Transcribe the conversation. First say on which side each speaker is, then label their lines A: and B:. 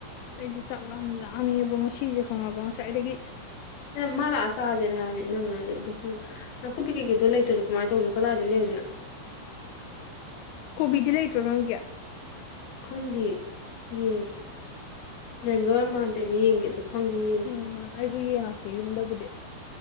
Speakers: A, on the left; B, on the left.
A: ꯑꯗꫭ ꯑꯩ ꯆꯥꯛ ꯂꯥꯝꯗꯤ ꯂꯥꯝꯃꯦꯕꫭ ꯉꯁꯤꯖꯦ ꯈꯕ꯭ꯔ ꯉꯁꯥꯏꯗꯒꯤ
B: ꯅ ꯃꯥ ꯂꯥꯛꯑ ꯆꯥꯁꯦꯅ ꯍꯥꯏꯕꯅꯤ ꯏꯅꯝꯕꯅꯗꯤ ꯈꯪꯗꯦ ꯈꯪꯗꯦ ꯅꯥꯀꯨꯞꯄꯤ ꯀꯩꯀꯩꯗꯣ ꯂꯩꯇ꯭ꯔꯗꯤ ꯀꯃꯥꯏꯅ ꯇꯧꯅꯤ ꯀꯗꯥꯏꯗ ꯂꯩꯔꯨꯅꯤ
A: ꯀꯣꯕꯤꯗꯤ ꯂꯩꯇ꯭ꯔꯣ ꯅꯣꯏꯒꯤ
B: ꯈꯪꯗꯤꯌꯦ ꯌꯦꯡꯒꯦ ꯂꯩꯔꯝ ꯗꯣꯏ ꯌꯥꯝꯃꯥꯟꯗꯦꯕ ꯌꯦꯡꯒꯦ ꯑꯗꯨ ꯈꯪꯗꯦ ꯌꯦꯡꯒꯦ
A: ꯎꯝ ꯑꯩꯁꯨ ꯌꯦꯡꯉꯛꯀꯦ ꯌꯨꯝꯗꯕꯨꯗꯤ